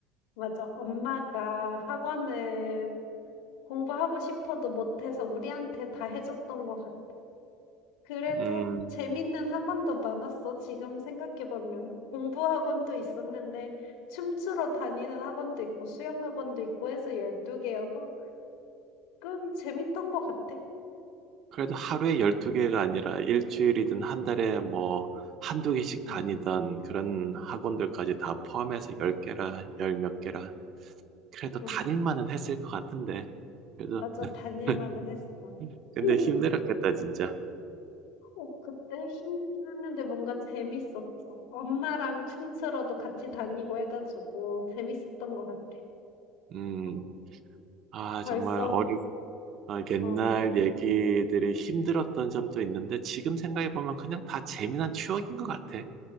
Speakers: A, on the left; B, on the right.
A: 맞아. 엄마가 학원을 공부하고 싶어도 못해서 우리한테 다 해줬던 것 같아. 그래도
B: 음,
A: 재밌는 학원도 많았어. 지금 생각해보면. 공부 학원도 있었는데, 춤추러 다니는 학원도 있고, 수영 학원도 있고 해서 12개여서, 꽤 재밌던 것 같아.
B: 그래도 하루에 12개가 아니라 일주일이든 한 달에 뭐, 한두 개씩 다니던
A: 응,
B: 그런 학원들까지 다 포함해서 10개라, 열 몇 개라. 그래도
A: 응.
B: 다닐 만은 했을 것 같은데. 그래도,
A: 맞아.
B: <laughs>
A: 다닐 만은 했어.
B: 근데
A: <laughs>
B: 힘들었겠다, 진짜.
A: 어 그때 힘들긴 했는데 뭔가 재밌었어. 엄마랑 춤추러도 같이 다니고 해 가지고 재밌었던 것 같아.
B: 음,
A: 어
B: 아,
A: 벌써
B: 정말 어리, 아, 옛날
A: 어
B: 얘기들이 힘들었던 점도 있는데, 지금 생각해보면 그냥 다 재미난 추억인 것 같아.